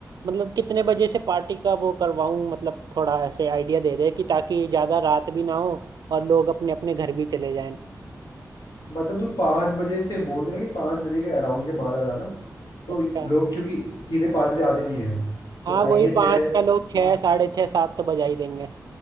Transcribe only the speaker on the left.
मतलब तू पाँच बजे से बोल देना कि पाँच बजे के अराउंड के बाद आ जाना तो
ये- लोग क्योंकि सीधे पाँच बजे आते नहीं है
तो आएंगे
छः
या-